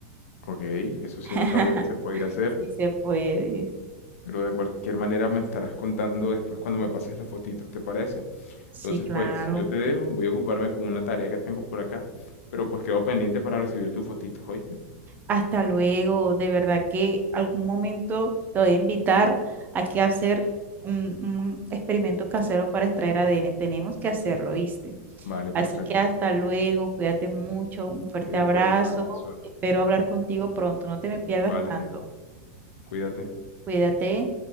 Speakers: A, on the left; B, on the right.
A: ok, eso sí
B: <laughs>
A: no sabía que se podía hacer,
B: Sí se puede.
A: pero de cualquier manera me estarás contando después cuando me pases las fotitos, ¿te parece?
B: Sí,
A: Entonces
B: claro.
A: pues yo te dejo, voy a ocuparme con una tarea que tengo por acá, pero pues quedo pendiente para recibir tus fotitos, ¿oíste?
B: Hasta luego. De verdad que algún momento te voy a invitar a que hacer un, un experimento casero para extraer ADN. Tenemos que hacerlo, ¿viste?
A: Vale, perfecto.
B: Así que hasta luego, cuídate mucho, un fuerte
A: Cuídate,
B: abrazo,
A: un abrazo.
B: espero hablar contigo pronto, no te me pierdas
A: Vale,
B: tanto,
A: cuídate.
B: cuídate.